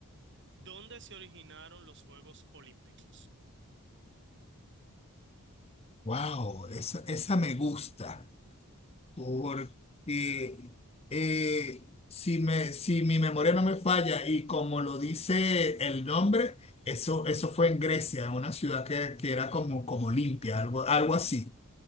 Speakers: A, on the right; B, on the left.
A: ¿Dónde se originaron los Juegos Olímpicos?
B: Wow, esa, esa me gusta. Porque eh, si me, si mi memoria no me falla y como lo dice el nombre, eso, eso fue en Grecia, en una ciudad que, que era como, como limpia, algo, algo así.